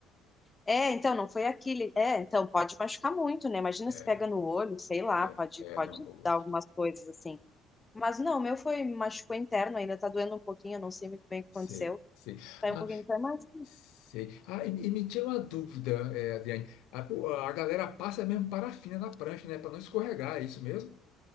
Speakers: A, on the left; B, on the left.
A: É, então, não foi aquele. É, então, pode machucar muito, né? Imagina
B: É,
A: se pega no olho, sei lá,
B: é,
A: pode,
B: é
A: pode
B: no rosto.
A: dar algumas coisas assim. Mas não, o meu foi, machucou interno, ainda tá doendo um pouquinho, eu não sei muito bem o que
B: Sei,
A: aconteceu.
B: sei.
A: Tá
B: Ah,
A: um pouquinho, tá mais
B: Sei. Ah, e, e me tira uma dúvida, é, Adriane. A, o- a galera passa mesmo parafina na prancha, né? Para não escorregar, é isso mesmo?